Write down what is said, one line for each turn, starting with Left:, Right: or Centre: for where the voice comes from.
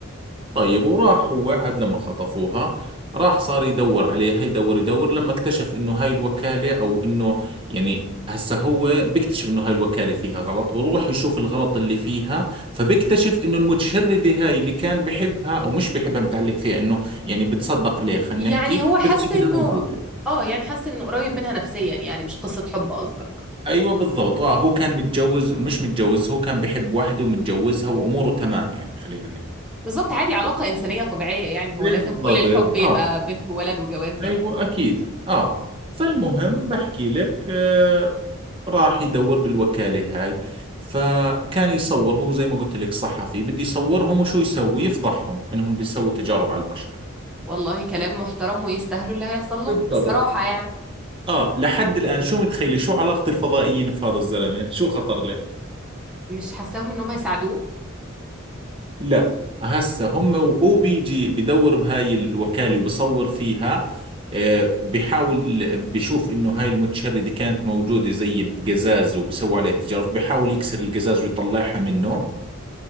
Right: طيب وراح هو عاد لما خطفوها راح صار يدور عليها يدور يدور لما اكتشف انه هاي الوكالة او انه يعني هسه هو بيكتشف انه هاي الوكالة فيها غلط ويروح يشوف الغلط اللي فيها فبيكتشف انه المتشردة هاي اللي كان بحبها او مش بحبها متعلق فيها انه يعني بتصدق عليها خلينا
Centre: يعني
Right: نحكي
Centre: هو حس
Right: بيكتشف
Centre: انه
Right: انها موجودة
Centre: اه يعني حس انه قريب منها نفسيا يعني مش قصة حب قصدك
Right: ايوه بالضبط اه هو كان متجوز مش متجوز هو كان بحب واحدة ومتجوزها واموره تمام يعني خلينا نحكي
Centre: بالظبط عادي علاقة انسانية طبيعية يعني هو
Right: بالضبط
Centre: لازم كل الحب يبقى
Right: اه
Centre: بنت وولد وجواز يعني
Right: ايوه اكيد اه فالمهم بحكي لك آه راح يدور بالوكالة هاي فكان يصور هو زي ما قلت لك صحفي بدي يصورهم وشو يسوي يفضحهم انهم بيسووا تجارب على البشر
Centre: والله كلام محترم ويستاهلوا اللي هيحصل لهم
Right: بالضبط
Centre: الصراحة يعني
Right: اه لحد الان شو متخيلي شو علاقة الفضائيين في هذا الزلمة شو خطر
Centre: مش حاساهم انهم هيساعدوه
Right: لا هسه هم وهو بيجي بدور بهاي الوكالة وبصور فيها آه، بحاول بشوف انه هاي المتشردة كانت موجودة زي بقزاز وبسوي عليها تجارب بحاول يكسر القزاز ويطلعها منه